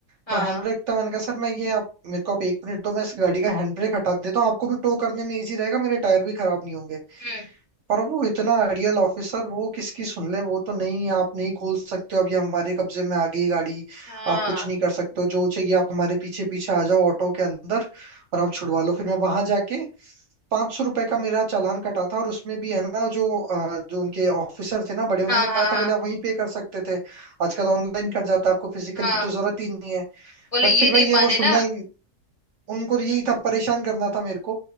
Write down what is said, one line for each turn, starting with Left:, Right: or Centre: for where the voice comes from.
Left: हाँ
Right: तो हैंड ब्रेक था मैंने कहा सर मैं ये आप मेरे को आप एक मिनट दो मैं इस गाड़ी का हैंड ब्रेक हटा देता हूँ आपको भी टो करने में इजी रहेगा मेरे टायर भी खराब नहीं होंगे
Left: हम्म
Right: पर वो इतना रियल ऑफिसर वो किसकी सुन ले वो तो नहीं आप नहीं खोल सकते हो अब ये हमारे कब्जे में आ गई गाड़ी
Left: हाँ
Right: आप कुछ नहीं कर सकते हो जो चाहिए आप हमारे पीछे पीछे आ जाओ ऑटो के अंदर और आप छुड़वा लो फिर मैं वहां जाके पांच सौ रुपए का मेरा चालान कटा था और उसमें भी है ना जो अ, जो उनके ऑफिसर थे ना बड़े उन्होंने
Left: हाँ हाँ
Right: कहा
Left: हाँ
Right: था बोले आप वहीं पे कर सकते थे आजकल ऑनलाइन कर जाता है आपको फिजिकल
Left: हाँ
Right: की तो जरूरत ही नहीं है
Left: बोले
Right: बट
Left: ये
Right: फिर
Left: नहीं
Right: भाई ये
Left: माने
Right: वो सुनना
Left: ना
Right: ही उनको तो यही था परेशान करना था मेरे को